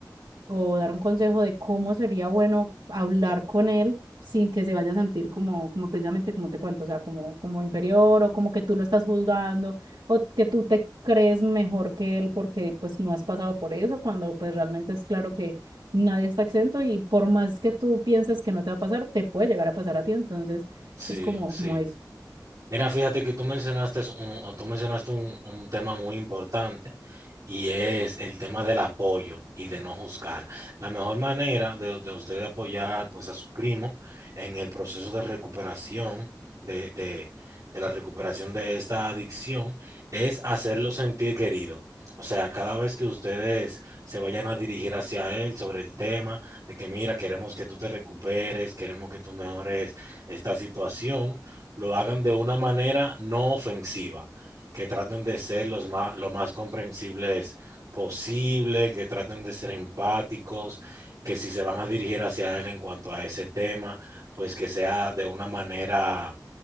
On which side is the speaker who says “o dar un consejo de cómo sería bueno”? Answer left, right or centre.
Right